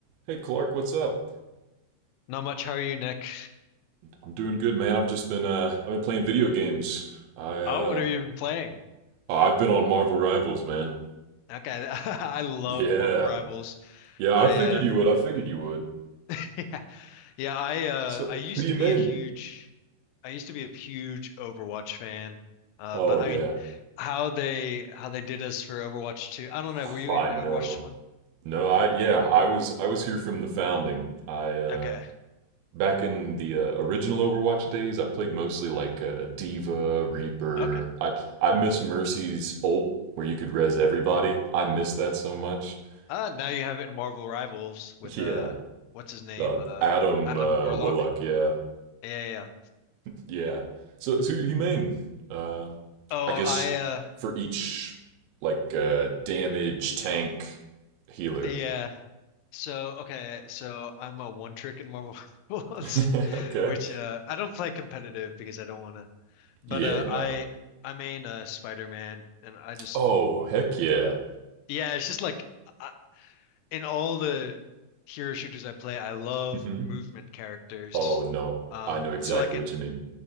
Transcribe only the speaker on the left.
Not much. How are you, Nick?
Oh,
what have you been playing?
Okay, <laughs> I love
Marvel Rivals.
I
uh
<laughs> yeah, yeah, I uh
I used
to be
a huge I used to be a huge Overwatch fan. Uh
but
I mean how they how they did us for Overwatch 2. I don't know,
were you in
Overwatch
1?
Okay.
Okay.
Uh now you have it in Marvel Rivals with
uh what's his name?
Uh
Adam
Warlock.
Yeah, yeah. yeah.
Oh,
I uh
Yeah. So okay, so I'm a one trick in Marvel <laughs> Rivals,
which uh I don't play competitive because I don't wanna. But
uh
I I main uh Spider-Man and I just
yeah, it's just like I, in all the hero shooters I play, I love
movement characters.
Um
so like in